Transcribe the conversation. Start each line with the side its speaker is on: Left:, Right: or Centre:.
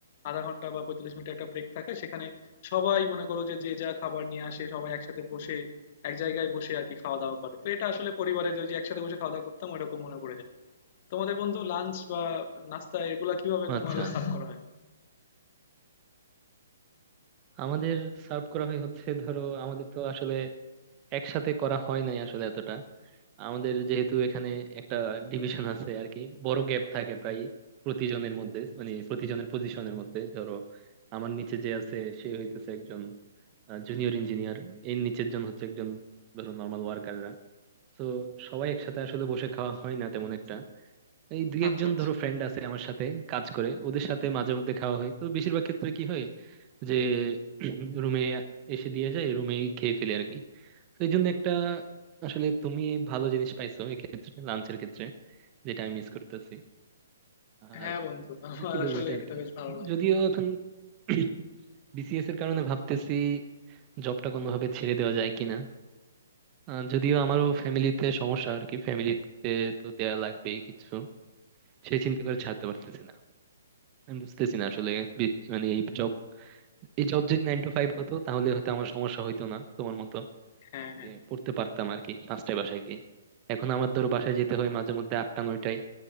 Left: আধা ঘন্টা বা পঁয়তাল্লিশ মিনিট একটা ব্রেক থাকে সেখানে সবাই মনে করো যে যে যা খাবার নিয়ে আসে সবাই একসাথে বসে এক জায়গায় বসে আর কি খাওয়া দাওয়া করে তো এটা আসলে পরিবারের ওই যে একসাথে বসে খাওয়া দাওয়া করতাম ওরকম মনে পড়ে যায় তোমাদের বন্ধু লাঞ্চ বা নাস্তা এগুলা কিভাবে তোমাদের
Right: আচ্ছা
Left: সার্ভ করা হয়
Right: আমাদের সার্ভ করা হয় হচ্ছে ধরো আমাদের তো আসলে একসাথে করা হয় নাই আসলে এতটা আমাদের যেহেতু এখানে একটা ডিভিশন আছে আর কি বড় গ্যাপ থাকে প্রায় প্রতিজনের মধ্যে মানে প্রতিজনের পজিশনের মধ্যে ধরো আমার নিচে যে আছে সে হইতেছে একজন জুনিয়র ইঞ্জিনিয়ার এর নিচের জন হচ্ছে একজন ধরো নর্মাল ওয়ার্কাররা তো সবাই একসাথে আসলে বসে খাওয়া হয় না তেমন একটা এই দুই
Left: আচ্ছা
Right: একজন
Left: আচ্ছা
Right: ধরো ফ্রেন্ড আছে আমার সাথে কাজ করে ওদের সাথে মাঝে মধ্যে খাওয়া হয় তো বেশিরভাগ ক্ষেত্রে কি হয় যে <clears throat> রুমে এসে দিয়ে যায় রুমে খেয়ে ফেলে আর কি তো এই জন্য একটা আসলে তুমি ভালো জিনিস পাইছো এক্ষেত্রে লাঞ্চের ক্ষেত্রে যেটা আমি মিস করতেছি
Left: হ্যাঁ
Right: আর
Left: বন্ধু আমার
Right: আর কি বলবো
Left: আসলে
Right: এটা আর
Left: এটা
Right: কি
Left: বেশ ভালো লাগে
Right: যদিও এখন <clears throat> বিসিএস এর কারণে ভাবতেছি জবটা কোনোভাবে ছেড়ে দেওয়া যায় কিনা আহ, যদিও আমারও ফ্যামিলিতে সমস্যা আর কি ফ্যামিলিতে তো দেয়া লাগবেই কিছু সেই চিন্তা করে ছাড়তে পারতেছি না আমি বুঝতেছি না আসলে বি- মানে এই জব এই জব যদি নাইন টু ফাইভ হতো তাহলে হয়তো আমার সমস্যা হইতো না তোমার মতো
Left: হ্যাঁ হ্যাঁ
Right: যে পড়তে পারতাম আর কি পাঁচটায় বাসায় গিয়ে এখন আমার ধরো বাসায় যেতে হয় মাঝে মধ্যে আটটা নয়টায়